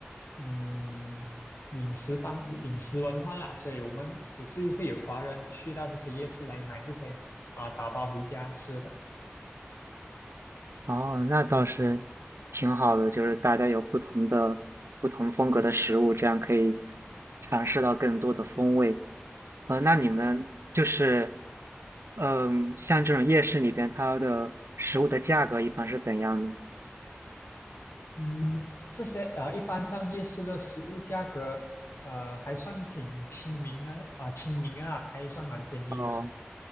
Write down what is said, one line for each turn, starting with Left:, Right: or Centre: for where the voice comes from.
Left: 嗯饮食方饮食文化啦，所以我们也是会有华人去到这些夜市来买这些啊、打包回家吃的。
Right: 哦，那倒是挺好的，就是大家有不同的、不同风格的食物，这样可以尝试到更多的风味。呃，那你们就是，嗯，像这种夜市里边，它的食物的价格一般是怎样呢？
Left: 嗯，这些啊、呃一般上夜市的食物价格，呃，还算挺亲民的啦啊，亲民啊，还算蛮便宜的
Right: 哦，